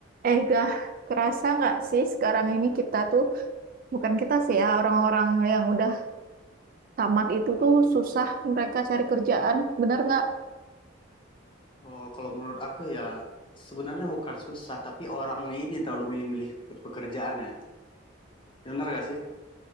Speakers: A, on the right (about 45°); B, on the left (about 25°).
A: Eh, gah, kerasa nggak sih sekarang ini kita tuh, bukan kita sih ya, orang-orang yang udah tamat itu tuh susah mereka cari kerjaan. Bener nggak?
B: Oh, kalau menurut aku ya sebenarnya bukan susah, tapi orangnya ini terlalu milih-milih ke- pekerjaan ya. Bener gak sih?